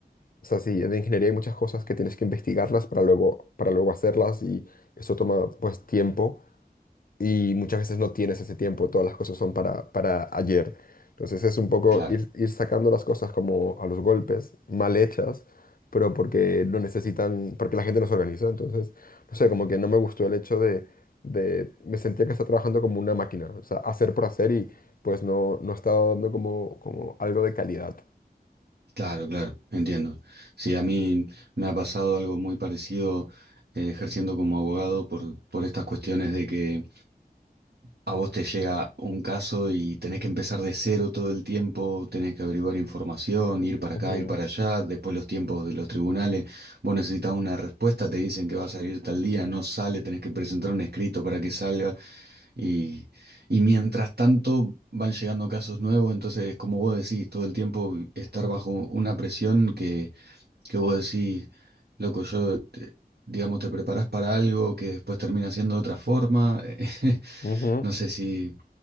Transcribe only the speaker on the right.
Claro.
Claro, claro, entiendo. Sí, a mí me ha pasado algo muy parecido eh, ejerciendo como abogado por, por estas cuestiones de que a vos te llega un caso y tenés que empezar de cero todo el tiempo, tenés que averiguar información, ir para
acá, ir para allá, después los tiempos de los tribunales, vos necesitas una respuesta, te dicen que va a salir tal día, no sale, tenés que presentar un escrito para que salga y, y mientras tanto van llegando casos nuevos, entonces como vos decís, todo el tiempo estar bajo una presión que que vos decís, loco, yo, te- digamos, te preparás para algo que después termina siendo de otra forma. <laughs>
No sé si